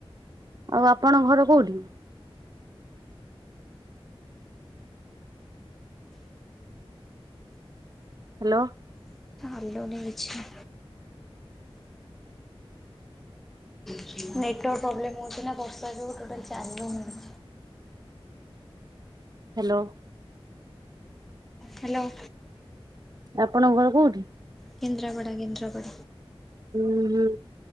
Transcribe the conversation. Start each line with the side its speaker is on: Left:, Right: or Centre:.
Right: ଆଉ ଆପଣ ଘର କେଉଠି? ହ୍ୟାଲୋ।
Centre: ଦେଲୁନି କିଛି ନେଟୱାର୍କ ପ୍ରୋବ୍ଲେମ୍ ହେଉଚି ନା ବର୍ଷା ଯୋଗୁଁ ଟୋଟାଲ୍ ଚାଲୁନି।
Right: ହ୍ୟାଲୋ।
Centre: ହ୍ୟାଲୋ।
Right: ଆପଣଙ୍କ ଘର କୋଉଠି?
Centre: କେନ୍ଦ୍ରାପଡ଼ା କେନ୍ଦ୍ରାପଡ଼ା।
Right: ହୁଁ ହୁଁ।